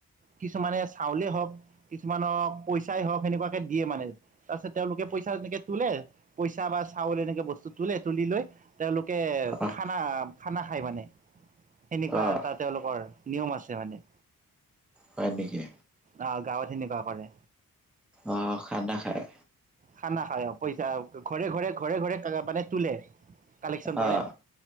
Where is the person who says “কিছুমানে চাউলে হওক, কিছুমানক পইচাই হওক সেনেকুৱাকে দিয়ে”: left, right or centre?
Right